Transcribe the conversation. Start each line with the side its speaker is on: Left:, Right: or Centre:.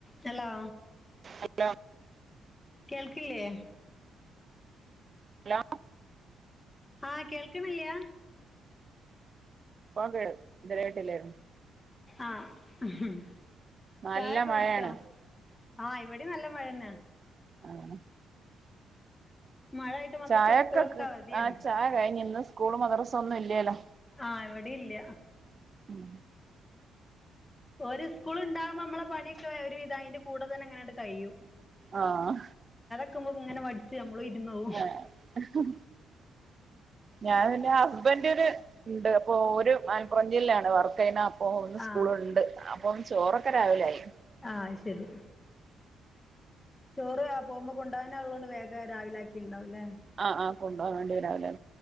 Left: hello
Right: hello
Left: കേൾക്കില്ലേ
Right: hello
Left: ആഹ് കേൾക്കണില്ലാ
Right: പ്പോ കേ കേട്ടില്ലേ
Left: ആഹ് ഹമ്
Right: നല്ല
Left: ചായക്കെ
Right: മഴയാണ്
Left: കുടിച്ചോ ആഹ് ഇവിടെ നല്ല മഴന്നേ
Right: ആഹ്
Left: മഴ ആയിട്ട് മക്കൾക്ക്
Right: ചായൊക്കെ
Left: സ്കൂളൊക്കെ അവധിയാണ്
Right: ആഹ് ചായ കഴിഞ് ഇന്ന് സ്കൂൾ മദ്രസ ഒന്നും ഇല്ലല്ലോ
Left: ആഹ് എവിടെ ഇല്ല
Right: മം
Left: ഓര് സ്കൂള് ണ്ടാകുമ്പോ നമ്മളെ പണിയൊക്കെ ഒരു വിധം അതിന്റെ കൂടെ തന്നെ അങ്ങനണ്ട് കഴിയും
Right: ആഹ്
Left: <unintelligible> നമ്മൾ ഇരുന്ന് പോവും
Right: ഏഹ് ഞാൻന്റെ ഹസ്ബന്റ് ന് ണ്ട് അപ്പൊ ഓര് മലപ്പുറം ജില്ലാണ് വർക്ക് ചെയുന്നെ അപ്പോ ന്ന്
Left: ആ
Right: സ്കൂളുണ്ട് അപ്പൊ ചോറൊക്കെ രാവിലെ ആയി
Left: ആഹ് ശരി ചോറ് ആഹ് പോകുമ്പോ കൊണ്ടകാനുള്ളൊണ്ട് വേഗം രാവിലാക്കിണ്ടാവുല്ലേ
Right: ആഹ് ആഹ് കൊണ്ടുപോകാൻ വേണ്ടി രാവിലെ